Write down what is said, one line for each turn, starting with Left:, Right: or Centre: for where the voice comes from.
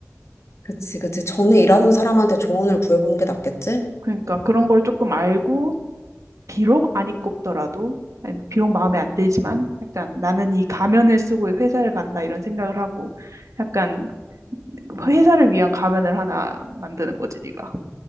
Left: 그치, 그치. 전에 일하는 사람한테 조언을 구해보는 게 낫겠지?
Right: 그러니까 그런 걸 조금 알고 비록 안 입고 더라도 아니, 비록 마음에 안 들지만 약간 나는 이 가면을 쓰고 이 회사를 간다 이런 생각을 하고 약간 회사를 위한 가면을 하나 만드는 거지 네가.